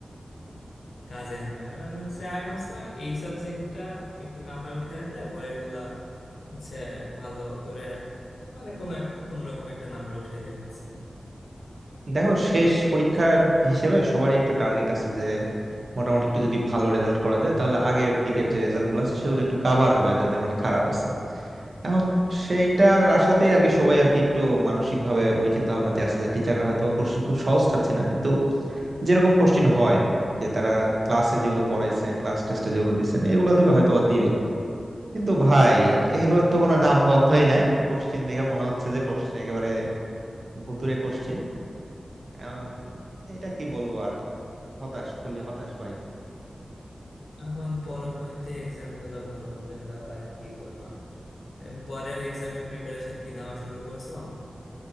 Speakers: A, on the left (about 80°); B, on the right (about 55°).
A: কাজের না কারণ হচ্ছে আমি ভাবছিলাম এই সাবজেক্টটা একটু নাম্বার উঠায় রাখলে পরের গুলা হচ্ছে ভালো করে মানে কোনো এক কোনো রকম একটা নাম্বার উঠাইলে হচ্ছে
B: দেখো শেষ পরীক্ষার হিসেবে সবারই একটা টার্গেট আছে যে মোটামুটি একটু যদি ভালো রেজাল্ট করা যায় তাহলে আগের দিকের যে রেজাল্ট গুলো আছে সেগুলো একটু কাভার হবে আর যাদের মানে খারাপ আছে এখন সেইটার আশাতেই আর কি সবাই আর কি একটু মানসিক ভাবে ওই চিন্তা ভাবনা দিয়ে আসছে যে টিচাররা হয়তো কোশ্চিন খুব সহজ চাচ্ছে না কিন্তু যেরকম কোশ্চিন হয় যে তারা ক্লাসে যেগুলো পড়াইছেন ক্লাস টেস্টে যেগুলো দিচ্ছেন এগুলো থেকে হয়তো বা দিবে কিন্তু ভাই এগুলোর তো কোনো নাম গন্ধই নাই কোশ্চিন দেখে মনে হচ্ছে যে কোশ্চিন একেবারে ভুতুড়ে কোশ্চিন এখন এটা কি বলবো আর হতাশ ফুললি হতাশ ভাই
A: এখন পরবর্তী এক্সাম গুলা ভালোভাবে দাও আর কি করবা এবং পরের এক্সামের প্রিপারেশন কি নেওয়া শুরু করছো